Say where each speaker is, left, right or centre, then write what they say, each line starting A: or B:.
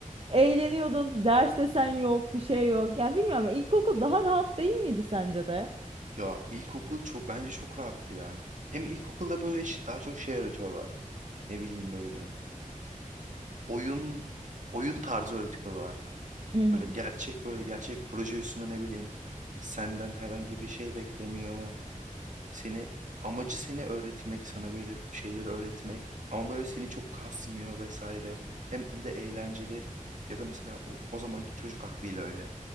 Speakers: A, on the right; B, on the right.
A: Eğleniyordun. Ders desen yok, bir şey yok. Ya bilmiyorum ama ilkokul daha rahat değil miydi sence de?
B: Ya ilkokul çok bence çok rahattı ya. Hem ilkokulda böyle şi- daha çok şey öğretiyorlar. Ne bileyim böyle. Oyun oyun tarzı öğretiyorlar.
A: Hı hı.
B: Böyle gerçek böyle gerçek proje üstüne ne bileyim. Senden herhangi bir şey beklemiyor. Seni amacı seni öğretmek, sana böyle bir şeyleri öğretmek ama böyle seni çok kasmıyor vesaire. Hem de eğlenceli ya da mesela o, o zamanki çocuk aklıyla öyle.